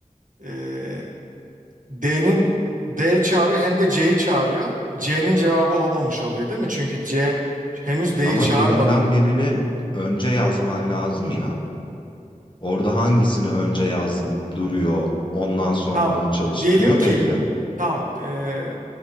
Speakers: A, on the right; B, on the left.
A: Ee, D'nin D'yi çağırıyor hem de C'yi çağırıyor. C'nin cevabı olmamış oluyor değil mi? Çünkü C henüz D'yi
B: Ama
A: çağırmadı.
B: birinden birini önce yazman lazım ya. Orada hangisini önce yazdım duruyor. Ondan sonra
A: Tamam.
B: onu çalıştırıyor
A: e, Diyelim ki
B: belli.
A: tamam. e,